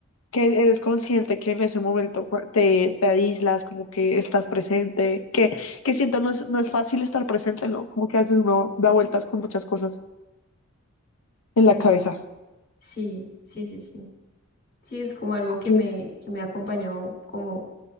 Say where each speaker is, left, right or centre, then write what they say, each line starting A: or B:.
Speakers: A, on the left (about 70°); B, on the left (about 45°).
A: que eres consciente que en ese momento cua- te, te aíslas, como que estás presente, que, que siento no es, no es fácil estar presente, ¿no? Como que a veces uno da vueltas con muchas cosas en la
B: es,
A: cabeza.
B: sí, sí, sí, sí. Sí, es como algo
A: Ok,
B: que me, que me ha acompañado como